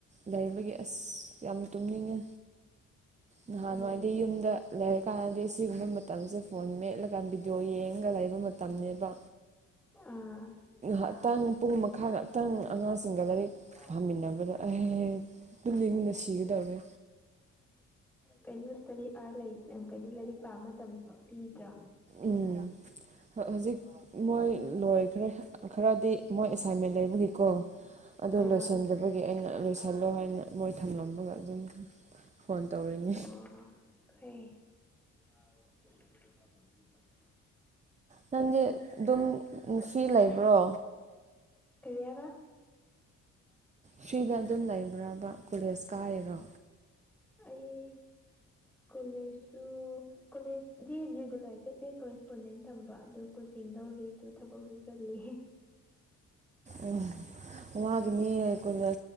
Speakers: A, on the right (about 25°); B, in the centre.
A: ꯂꯩꯕꯒꯤ ꯑꯁ ꯌꯥꯝ ꯇꯨꯝꯅꯤꯡꯉꯦ ꯅꯍꯥꯟꯋꯥꯏꯗꯤ
B: ꯎꯝ
A: ꯌꯨꯝꯗ ꯂꯩꯔꯀꯥꯟꯗꯤ ꯁꯤꯒꯨꯝꯕ ꯃꯇꯝꯁꯦ ꯐꯣꯟ ꯃꯦꯠꯂꯒ ꯚꯤꯗꯤꯑꯣ ꯌꯦꯡꯉꯒ ꯂꯩꯕ ꯃ ꯇꯝꯅꯦꯕ
B: ꯑꯥ
A: ꯉꯇꯪ ꯄꯨꯡ ꯃꯈꯥ ꯉꯥꯛꯇꯪ ꯑꯉꯥꯡꯁꯤꯡꯒ ꯂꯥꯏꯔꯤꯛ
B: <unintelligible>
A: ꯄꯥꯃꯤꯟꯅꯕꯗ ꯑꯩ ꯄꯨꯛꯅꯤꯡꯅ ꯁꯤꯒꯗꯧꯔꯦ
B: ꯀꯩꯅꯣ ꯏꯁꯇꯔꯤ ꯑꯥꯔꯗ ꯂꯩ ꯀꯩꯅꯣ ꯂꯥꯏꯔꯤꯛ ꯄꯥꯕ ꯃꯇꯝ ꯄꯤꯗ꯭ꯔꯥ
A: ꯎꯝ ꯍꯧꯖꯤꯛ ꯃꯣꯏ ꯂꯣꯏꯈ꯭ꯔꯦ ꯈꯔꯗꯤ ꯃꯣꯏ ꯑꯦꯁꯥꯏꯟꯃꯦꯟ ꯂꯩꯕꯒꯤꯀꯣ ꯑ ꯑꯗꯨ
B: ꯑꯥ
A: ꯂꯣꯏꯁꯤꯟꯗꯕꯒꯤ ꯑꯩꯅ ꯂꯣꯏꯁꯤꯜꯂꯣ ꯍꯥꯏꯅ ꯃꯣꯏ ꯊꯝꯂꯝꯃꯒ ꯑꯗꯨꯝ ꯐꯣꯟ ꯇꯧꯔꯤꯅꯤ
B: ꯑꯣ ꯍꯣꯏ
A: ꯅꯪꯗꯤ ꯑꯗꯨꯝ ꯐ꯭ꯔꯤ ꯂꯩꯕ꯭ꯔꯣ
B: ꯀꯔꯤ ꯍꯥꯏꯕꯥ
A: ꯐ꯭ꯔꯤꯗ ꯑꯗꯨꯝ ꯂꯩꯕ꯭ꯔꯥꯕ ꯀꯣꯂꯦꯖ ꯀꯥꯔꯤꯔꯣ
B: ꯑꯩ ꯀꯣꯂꯦꯖꯁꯨ ꯀꯣꯂꯦꯖꯗꯤ ꯔꯤꯒꯨꯂꯔ ꯆꯠꯇꯦ ꯀꯣꯔꯦꯁꯄꯣꯟꯗꯦꯟ ꯊꯝꯕ ꯑꯗꯨ ꯀꯣꯆꯤꯡ ꯂꯧꯔꯤ ꯑꯗꯨ ꯊꯕꯛꯁꯨ ꯆꯠꯂꯤ
A: ꯎꯝ ꯋꯥꯒꯤꯅꯦ ꯀꯣꯂꯦꯖ